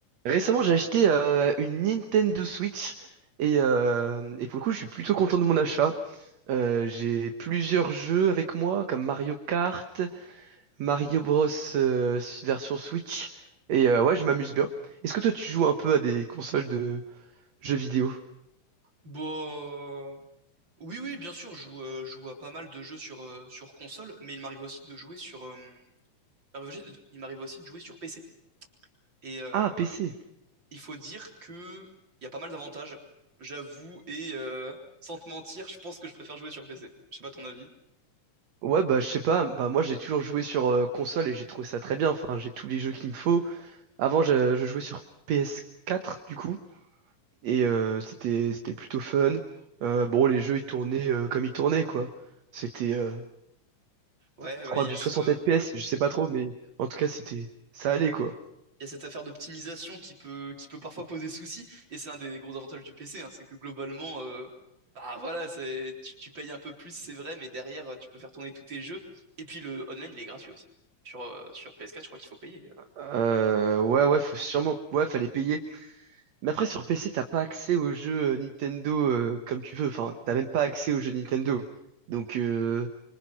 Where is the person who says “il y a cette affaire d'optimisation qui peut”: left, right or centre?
Right